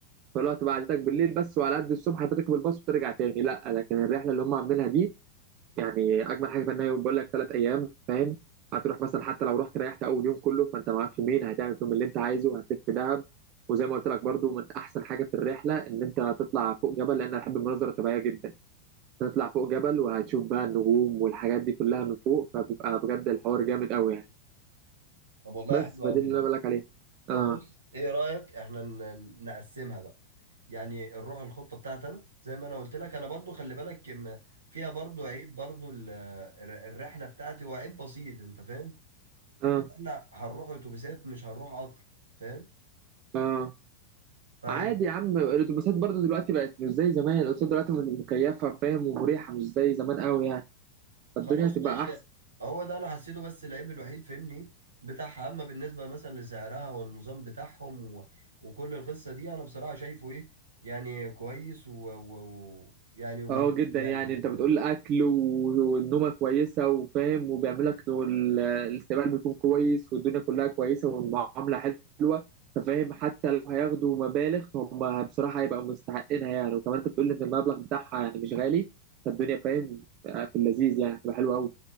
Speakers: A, on the right (about 40°); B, on the right (about 75°).
A: فالوقت بعدتك بالليل بس وعلى قد الصبح هتركب الباص وترجع تاني لا لكن الرحله اللي هم عاملينها دي يعني اجمل حاجه في ان هي بقول لك ثلاث ايام فاهم هتروح مثلا حتى لو رحت ريحت اول يوم كله فانت معاك يومين هتعمل فيهم اللي انت عايزه هتلف في دهب وزي ما قلت لك برضو من احسن حاجه في الرحله ان انت هتطلع فوق جبل لان انا بحب المناظر الطبيعيه جدا هتطلع فوق جبل وهتشوف بقى النجوم والحاجات دي كلها من فوق فبيبقى بجد الحوار جامد قوي يعني
B: طب والله
A: بس
B: حلو
A: فدي
B: قوي
A: اللي
B: ده
A: انا بقول لك عليها اه
B: طب بص ايه رأيك احنا ن- نقسمها بقى يعني الروح الخطه بتاعتي انا زي ما انا قلت لك انا برضو خلي بالك م- فيها برضو عيب برضو ال- الر- الرحله بتاعتي هو عيب بسيط انت فاهم
A: اه
B: ان احنا هنروح اتوبيسات مش هنروح قطر فاهم
A: اه
B: فهي-
A: عادي يا عم الاتوبيسات برضو دلوقتي بقت مش زي زمان الاتوبيسات دلوقتي مكيفه فاهم ومريحه مش زي زمان قوي يعني فالدنيا
B: خلاص
A: هتبقى
B: ماشي
A: احسن
B: هو ده انا حسيته بس العيب الوحيد فاهمني إيه؟ بتاعها اما بالنسبه مثلا لسعرها والنظام بتاعهم و... وكل القصه دي انا بصراحه شايفه ايه يعني كويس ويعني و... و- و- يعني ومفيد
A: اه جدا
B: يعني
A: يعني
B: بالنسبه
A: انت بتقول
B: لي
A: اكل و- والنومه كويسه وفاهم وبيعمل لك وال- الاستقبال بيكون كويس والدنيا كلها كويسه والمعامله حلوه ففاهم حتى لو هياخدوا مبالغ فهم بصراحه هيبقوا مستحقينها يعني وكمان انت بتقول ان المبلغ بتاعها يعني مش غالي فالدنيا فاهم في اللذيذ يعني تبقى حلوه قوي